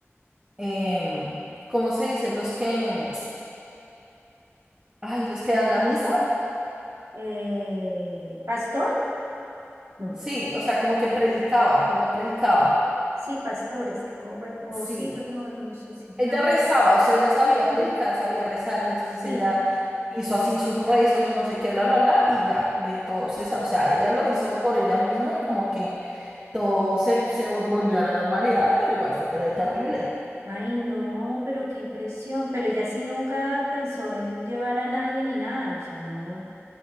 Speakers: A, on the right (about 20°); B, on the right (about 80°).
A: em, ¿cómo se dice? Los que, <tsk> ay, los que dan la misa,
B: Eh, ¿pastor? No.
A: sí, o sea, como que predicaba, ella predicaba.
B: Sí, pastores. que- O bueno, o
A: Sí,
B: sí, bueno, no, no, no sé si creo
A: ella
B: que.
A: rezaba, o sea, ella sabía predicar,
B: Ujú,
A: sabía rezar, y entonces
B: Sí.
A: ella hizo así sus rezos, yo no sé qué, bla, bla, bla, y ya, de todo se, sa- o sea, ella lo hizo por ella misma y como que todo se, se volvió a la normalidad, pero igual fue ter- terrible.
B: Ay, no, pero qué impresión. Pero ella sí nunca pensó en llevar a nadie ni nada. O sea, no.